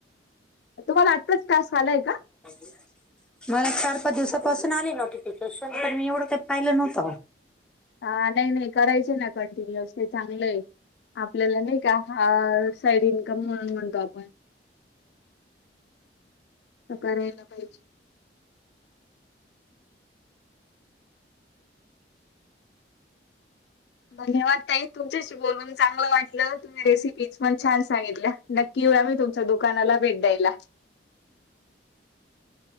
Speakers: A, on the left (about 65°); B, in the centre.
A: तुम्हाला आत्ताच. टास्क आलाय का,
B: <inaudible> मला चार पाच दिवसापासून नव्हते. तसं काय मी एवढं काही पाहिलं नव्हत बाई.
A: हा, नाही नाही करायचे ना कंटिन्यू व्यवस्थित चांगलेय. आपल्याला नाही का हा साईड इन्कम म्हणून म्हणतो आपण. काय ला पाहिजे. धन्यवाद ताई तुमच्याशी बोलून चांगलं वाटलं तुम्ही रेसिपीज पण छान सांगितल्या. नक्की येऊ या तुमच्या दुकानाला भेट द्यायला.